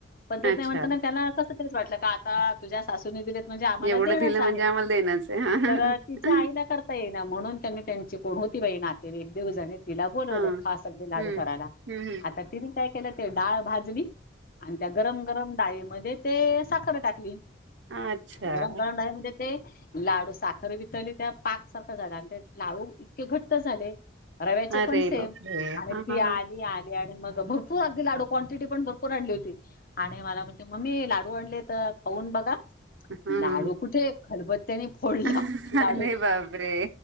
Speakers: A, on the left; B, on the right.
A: पद्धत
B: अच्छा
A: नाही म्हणताना त्यांना कस. खरच वाटलं का आता तुझ्या सासूूनि दिलेत. म्हणजे आम्हाला
B: एवढं
A: देणंच
B: दिलं
A: आहे.
B: म्हणजे आम्हाला देणच आहे.
A: तर तिच्या आईला
B: <inaudible>
A: करता म्हणून त्यांनी त्यांची कोण होती बाई नाते वेईक देव जाणे. तिला बोलवलं
B: हा हम्म
A: खास अगदी लाडू
B: हम्म
A: करायला
B: हम्म
A: आता तिने काय. केलं ते डाळ भाजली. आणि त्या गरम-गरम. डाळीमध्ये ते साखर टाकली.
B: हा. अच्छा
A: गरम-गरम डाळी मध्ये ते. लाडू साखर वितली त्यात. पाकसारखा झाला आणि ते लाडू इतके घट्ट झाले. रव्याचे
B: अरे
A: पण सेव
B: बापरे हा
A: आणि ती
B: हा
A: आली-आली.
B: हा
A: मग भरपूर अगदी लाडू क्वांटिटी पण भरपूर आणली होती. आणि मला म्हणजे मम्मी लाडू आणले तर खाऊन बघा.
B: हा हा.
A: लाडू कुठे खलबत. त्यानी फोडला
B: अरे
A: लाडू.
B: बापरे!